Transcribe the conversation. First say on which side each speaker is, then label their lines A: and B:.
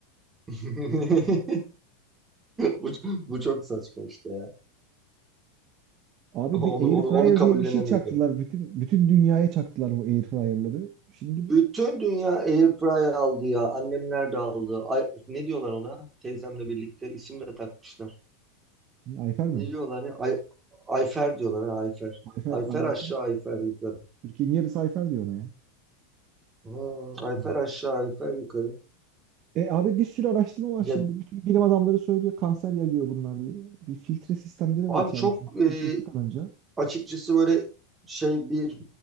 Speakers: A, on the right; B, on the right.
A: <laughs> bu, bu çok saçma işte ya.
B: Abi
A: Onu,
B: bir
A: onu,
B: air fryer
A: onu kabullenemiyorum.
B: diye bir şey çaktılar. Bütün bütün dünyaya çaktılar bu air fryer'ları. Şimdi bir-
A: Bütün dünya airfryer aldı ya. Annemler de aldı. Ay, ne diyorlar ona? Teyzemle birlikte isim de takmışlar.
B: ne, Ayfer mi?
A: Ne diyorlar ya? Ay, Ayfer diyorlar ha Ayfer.
B: Ayfer
A: Ayfer
B: abi
A: aşağı
B: bütün
A: Ayfer yukarı.
B: Türkiye'nin yarısı Ayfer diyor ona ya.
A: Hmm, Ayfer
B: Hmm.
A: aşağı Ayfer yukarı.
B: E abi bir sürü araştırma var
A: Ya
B: şimdi. Bütün bilim adamları söylüyor kanser yayıyor bunlar diye. Bir filtre sistemleri
A: abi
B: var içeride
A: çok
B: çünkü
A: e,
B: filtre tıkanınca.
A: açıkçası böyle şey bir